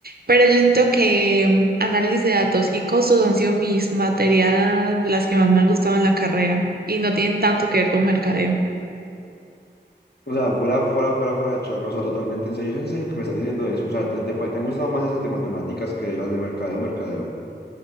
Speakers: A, on the right; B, on the left.
A: Pero yo siento que mm, análisis de datos y costos han sido mis materias de las que más me han gustado en la carrera y no tienen tanto que ver con mercadeo.
B: O sea, fuera, fuera, fuera, fuera de charla, o sea, totalmente en serio, es en serio que me estás diciendo eso. O sea, te, te, pa- te han gustado más esas de matemáticas que las de mercadeo, mercadeo.